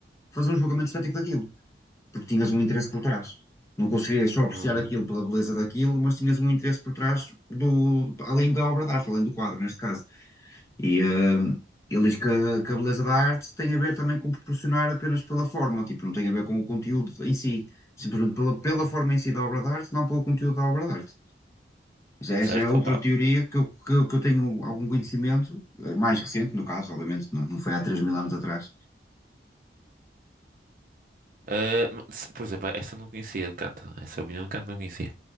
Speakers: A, on the left; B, on the right.
A: fazer um julgamento estético daquilo porque tinhas um interesse por trás. Não conseguias só apreciar
B: Hum,
A: aquilo pela beleza daquilo, mas tinhas um interesse por trás do, além da obra de arte, além do quadro, neste caso. E hum, ele diz que, a que a beleza da arte tem a ver também com proporcionar apenas pela forma, tipo, não tem a ver com o conteúdo em si, simplesmente pela, pela
B: Uhum.
A: forma em si da obra de arte, não pelo conteúdo da obra de arte. Já
B: certo,
A: esta é outra
B: opa.
A: teoria que eu, que, eu que eu tenho algum conhecimento, eh, mais recente no caso, obviamente, não, não foi há três mil anos atrás.
B: Eh, ma- se- por exemplo, esta eu não conhecia de canto. Essa opinião de canto não conhecia.